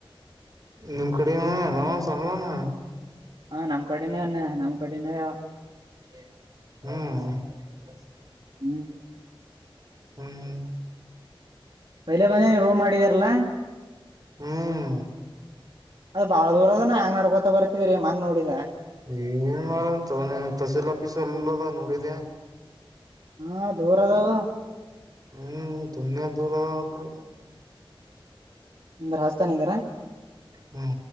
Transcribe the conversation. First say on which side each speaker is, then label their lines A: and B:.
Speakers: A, on the right; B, on the right.
A: ನಿಮ್ ಕಡೆನಾಮ ಸಲ್ಮಾನ.
B: ಹಾ ನಮ್ ಕಡೆನೇ ನಮ್ ಕಡೆನೇ.
A: ಹ್ಮ್.
B: ಹ್ಮ್.
A: ಹ್ಮ್ ಹ್ಮ್.
B: ಮೈಲೆ ಬಂದ ನೀವ ರೂಮ್ ಮಾಡಿದಾರಲ್ಲಾ.
A: ಹ್ಮ್
B: ಅದ ಬಾಳ ದೂರ ಅದ ಹೆಂಗ್ ನಡ್ಕೊತ ಬರ್ತಿದ್ರೀ ಮನ್ ನೋಡಿ.
A: ಏನ್ ಮಾಡಂತ ನೀನ್ ತಸಿಲ್ ಪಿಸ ಎಲ್ಲದ ನೋಡಿದ.
B: ಹಾ ದೂರ ಅದ.
A: ಹ್ಮ್ ತುಂಬ ದೂರಡೆ.
B: ನಿಂದ್ರ ರಾಜಸ್ಥಾನ್ ಇದಾರಾ.
A: ಹಾ.